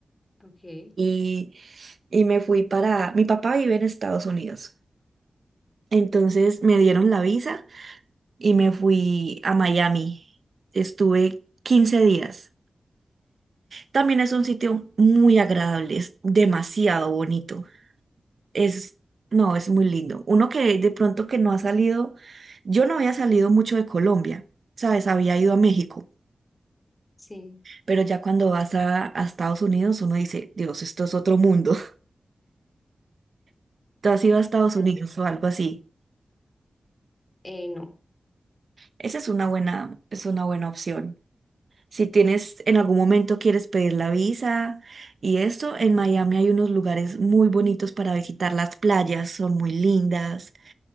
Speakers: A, on the left; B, on the right.
A: Ok,
B: y, y me fui para, mi papá vive en Estados Unidos, entonces me dieron la visa y me fui a Miami. Estuve 15 días. También es un sitio muy agradable, es demasiado bonito. Es, no, es muy lindo. Uno que de pronto que no ha salido, yo no había salido mucho de Colombia, ¿sabes? Había ido a México,
A: sí.
B: pero ya cuando vas a, a Estados Unidos uno dice, Dios, esto es otro mundo. <laughs> ¿Tú has ido a Estados Unidos
A: ya.
B: o algo así?
A: Eh, no,
B: Esa es una buena, es una buena opción. Si tienes, en algún momento quieres pedir la visa y esto, en Miami hay unos lugares muy bonitos para visitar. Las playas son muy lindas.